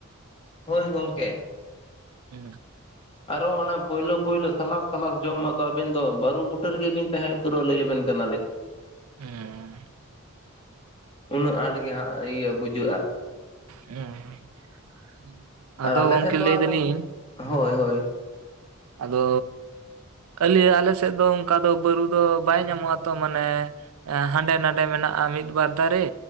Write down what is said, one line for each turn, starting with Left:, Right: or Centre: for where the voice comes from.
Left: ᱦᱳᱭ ᱜᱚᱢᱠᱮ,
Right: ᱦᱩᱸ
Left: ᱟᱨᱚ ᱚᱱᱟ ᱯᱳᱭᱞᱳ-ᱯᱳᱭᱞᱳ ᱥᱟᱞᱟᱥ-ᱥᱟᱞᱟᱥ ᱡᱚᱢ ᱢᱟᱛᱚ ᱟᱹᱵᱤᱱ ᱫᱚ ᱵᱟᱹᱨᱩ ᱵᱩᱴᱟᱹ ᱨᱮᱜᱮ ᱵᱤᱱ ᱛᱟᱦᱮᱸ ᱩᱛᱟᱹᱨᱚᱜ ᱞᱟᱹᱭ ᱟᱵᱮᱱ ᱠᱟᱱᱟ ᱞᱤᱧ ᱾
Right: ᱦᱩᱸ,
Left: ᱩᱱᱟᱹᱜ ᱟᱸᱴᱜ ᱜᱮ ᱦᱟᱸᱜ ᱤᱭᱟᱹ ᱵᱩᱡᱷᱟᱹᱜᱼᱟ ᱾
Right: ᱦᱩᱸ, ᱟᱫᱚ
Left: ᱟᱨ ᱟᱞᱮ
Right: ᱜᱚᱢᱠᱮ
Left: ᱥᱮᱱ ᱫᱚ
Right: ᱞᱟᱹᱭ
Left: ᱦᱟᱸᱜ
Right: ᱫᱟᱞᱤᱧ,
Left: ᱜᱚᱝᱠᱮ ᱦᱳᱭ ᱦᱳᱭ,
Right: ᱟᱫᱚ ᱟᱞᱤ ᱟᱞᱮ ᱥᱮᱫ ᱫᱚ ᱚᱱᱠᱟ ᱫᱚ ᱵᱟᱹᱨᱩ ᱫᱚ ᱵᱟᱭ ᱧᱟᱢᱚᱜ-ᱟ ᱛᱚ ᱢᱟᱱᱮ, ᱦᱟᱸᱰᱮ ᱱᱟᱰᱮ ᱢᱮᱱᱟᱜᱼᱟ ᱢᱤᱫ ᱵᱟᱨ ᱫᱟᱨᱮ